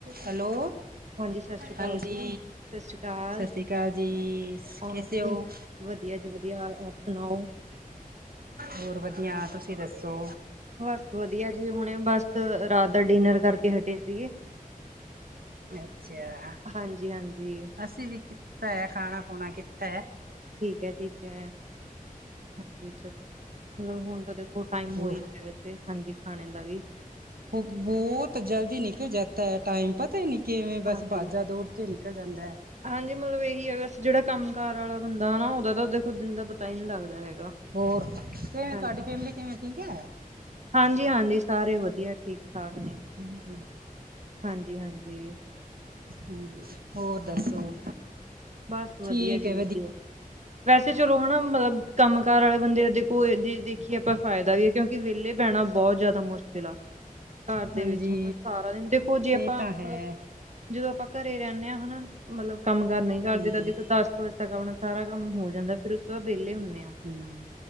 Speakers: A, on the right; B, on the right.
A: Hello
B: ਹਾਂਜੀ ਸਤਿ ਸ਼੍ਰੀ ਅਕਾਲ
A: ਹਾਂਜੀ
B: ਜੀ ਸਤਿ ਸ਼੍ਰੀ ਅਕਾਲ
A: ਸਤਿ ਸ੍ਰੀ ਕਾਲ ਜੀ।
B: ਹੋਰ
A: ਕੇਸੇ
B: ਕੀ
A: ਹੋ?
B: ਵਧੀਆ ਜੀ ਵਧੀਆ ਆਪ ਸੁਨਾਓ?
A: ਹੋਰ ਵਧੀਆ ਤੁਸੀਂ ਦੱਸੋ।
B: ਬਸ ਵਧੀਆ ਜੀ ਹੁਣੇ ਬਸ ਰਾਤ ਦਾ ਡਿਨਰ ਕਰਕੇ ਹਟੇ ਸੀਗੇ।
A: ਅੱਛਾ
B: ਹਾਂਜੀ ਹਾਂਜੀ
A: ਅਸੀਂ ਵੀ ਕਿਤਾ ਏਂ ਖਾਣਾ ਖੂਣਾ ਕਿਤਾ।
B: ਠੀਕ ਐ ਠੀਕ ਐ। ਹਾਂਜੀ ਚਲੋ ਹੁਨ ਤਾਂ ਦੇਖੋ ਟਾਈਮ
A: ਹੋਰ
B: ਹੋਈ ਗਿਆ ਹਾਂਜੀ ਖਾਣੇ ਦਾ ਵੀ।
A: ਬੋਤ ਬੋਤ ਜਲਦੀ ਨਿਕਲ ਜਾਂਤਾ ਏ ਟਾਈਮ ਪਤਾ ਨਹੀਂ ਕਿਵੇਂ ਬਸ
B: ਹਾਂਜੀ
A: ਬਾਜਾ ਦੌੜ। ਚੇ ਨਿਕਲ ਜਾਂਦਾ ਏ। <unintelligible>
B: ਹਾਂਜੀ ਮਤਲਬ ਇਹੀ ਹੈ ਬਸ ਜਿਹੜਾ ਕੰਮ ਕਾਰ ਵਾਲਾ ਬੰਦਾ ਨਾ ਓਹਦਾ ਤਾਂ ਦੇਖੋ ਦਿਨ ਦਾ ਪਤਾ ਹੀ ਨਹੀਂ ਲੱਗਦਾ ਹੈਗਾ।
A: ਹੋਰ ਕਿਵੇਂ
B: ਹਾਂਜੀ
A: ਤੁਹਾਡੀ ਫੈਮਿਲੀ ਕਿਵੇਂ ਠੀਕ ਐ?
B: ਹਾਂਜੀ ਹਾਂਜੀ ਸਾਰੇ ਵਧੀਆ ਠੀਕ ਠਾਕ ਨੇ।
A: ਹਾਂਜੀ।
B: ਹਾਂਜੀ ਹਾਂਜੀ।
A: ਹਾਂਜੀ ਹੋਰ ਦੱਸੋ?
B: ਬਸ ਵਧੀਆ
A: ਠੀਕ
B: ਜੀ
A: ਹੈ
B: ਵਧੀਆ ਵੈਸੇ ਚਲੋ ਹਨਾ ਮਤਲਬ ਕੰਮ ਕਾਰ ਆਲੇ ਬੰਦੇ ਦਾ ਦੇਖੋ ਜੇ ਦੇਖੀਏ ਆਪਾਂ ਫਾਇਦਾ ਵੀ ਏ ਕਿਉਂਕਿ ਵਿਹਲੇ ਬੇਹਣਾ ਬਹੁਤ ਜ਼ਿਆਦਾ ਮੁਸ਼ਕਿਲ ਆ ਘਰ
A: ਹਾਂਜੀ
B: ਦੇ ਵਿੱਚ ਹਨਾ ਸਾਰਾ ਦਿਨ ਦੇਖੋ ਜੇ
A: ਇਹ
B: ਆਪਾਂ
A: ਤਾਂ
B: ਮਤਲਬ
A: ਹੈ
B: ਜਦੋਂ ਆਪਾਂ ਘਰੇ ਰਹਿੰਨੇ ਹਾਂ ਹਨਾ ਮਤਲਬ ਕੰਮ ਕਾਰ ਨਹੀਂ ਕਰਦੇ
A: ਹਾਂਜੀ
B: ਤਾਂ ਦੇਖੋ ਦਸ ਕ ਵਜੇ ਤਕ ਆਪਣਾ ਸਾਰਾ ਕੰਮ ਹੋ ਜਾਂਦਾ ਫੇਰ ਉਸ ਤੋਂ ਬਾਅਦ ਬੇਹਲੇ ਹੁੰਨੇ ਆ।
A: ਹਮ